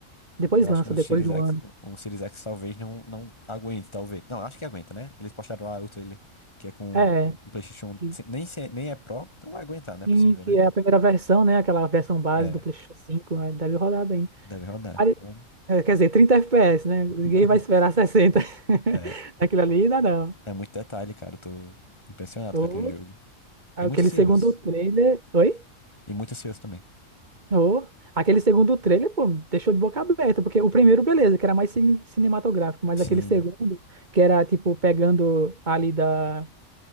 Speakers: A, on the right; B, on the left.
A: Depois
B: Eu
A: lança,
B: acho que no
A: depois
B: Series
A: de um
B: X,
A: ano.
B: o Series X talvez não, não aguente, talvez. Não, acho que aguenta, né? Eles postaram lá o trailer que é com
A: É,
B: o PlayStation,
A: que,
B: nem, se- nem é Pro, então vai aguentar, não é possível,
A: sim, que
B: né?
A: é a primeira versão, né? Aquela versão base
B: É,
A: do PlayStation 5, aí deve rodar bem.
B: deve rodar.
A: Pare-
B: Então,
A: é, Quer dizer, 30 FPS, né? Ninguém
B: <laughs>
A: vai esperar 60.
B: É,
A: <laughs> Aquilo ali dá não.
B: é muito detalhe, cara. Eu tô impressionado
A: Ou
B: com aquele jogo.
A: aquele
B: E muito ansioso.
A: segundo trailer. Oi?
B: E muito ansioso também.
A: Ou aquele segundo trailer, pô, me deixou de boca aberta, porque o primeiro, beleza, que era mais cin- cinematográfico, mas
B: Sim.
A: aquele segundo, que era tipo pegando ali da,